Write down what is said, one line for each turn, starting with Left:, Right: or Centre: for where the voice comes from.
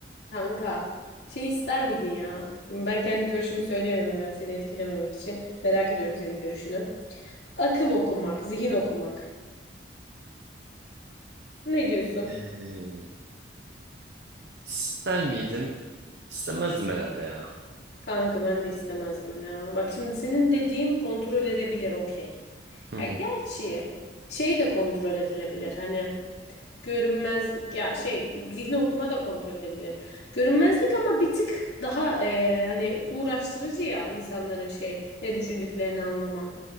Left: Kanka şey ister miydin ya? Şimdi ben kendi görüşümü söyleyemem ben seni etkilememek için. Merak ediyorum senin görüşünü. Akıl okumak, zihin okumak. Ne diyorsun?
Right: Ee, ister miydim? İstemezdim herhalde ya.
Left: Kanka ben de istemezdim ya. Bak şimdi senin dediğin kontrol edebilir okey.
Right: Hı
Left: Ya
Right: hı.
Left: gerçi şey de kontrol edilebilir hani. görünmezlik ya şey zihni okuma da kontrol edebilir. Görünmezlik ama bir tık daha e, hani uğraştırıcı ya insanların şey ne düşündüklerini anlaman.